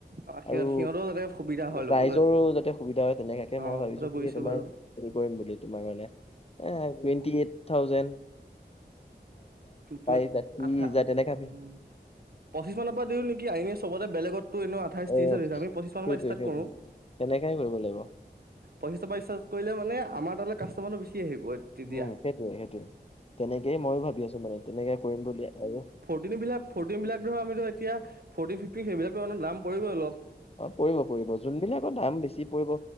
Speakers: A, on the right; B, on the left.
A: অঁ, সিহঁত
B: আৰু
A: সিহঁতো যাতে সুবিধা হয়
B: ৰাইজৰো
A: ল'বলৈ
B: যাতে সুবিধা হয়, তেনেকুৱাকে
A: অ
B: মই ভাবিছোঁ,
A: কথাটো
B: কি
A: বুজিছো
B: তোমাৰ
A: বাৰু
B: হেৰিম বুলি তোমাৰ মানে এ টোৱেনটি এইট থাউজেনট
A: তোৰ
B: হাজাৰ ত্ৰিশ
A: আথা
B: হাজাৰ তেনেকা
A: উম <inaudible> পঁচিশ মানৰ পৰা দিওঁ নেকিইনে <inaudible> চবতে বেলেগত এনেই আঠাইছ ত্ৰিশি,
B: অ
A: আমি পঁচিশ মান
B: সেইটোৱে
A: ম ষ্টাৰ্ট
B: সেইটোৱে
A: কৰো
B: তেনেকাই কৰিব লাগিব
A: পইচা চাৰ্ কৰিলে মানেমাৰ তাল কাষ্টমাৰটো বেছি আহিব। তেতিয়া
B: উম, সেইটোৱে সেইটোৱে তেনেকেই ময়ো ভাবি আছো মানে তেনেকে কৰিম বুলি আৰু।
A: ফ'ৰটিনবিলাক ফ'ৰটিনবিলাক ধৰ আমি ধৰ এতিয়া ফৰ্টিন ফিফটিন সেইবিলাকটো <unintelligible> দাম পৰিবই অলপ।
B: পৰিব পৰিব যোনবিলাকৰ দাম বেছি পৰিব